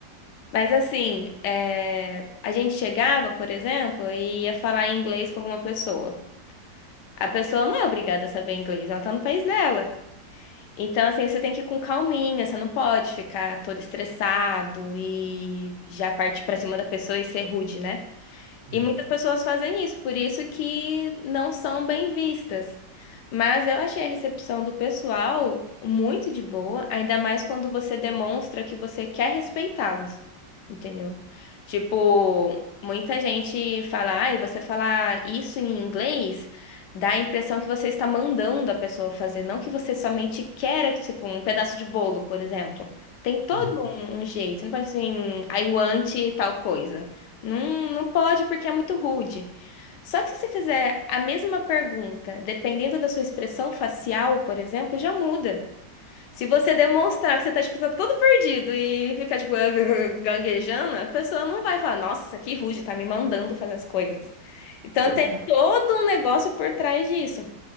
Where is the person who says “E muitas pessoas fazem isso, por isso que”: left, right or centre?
Left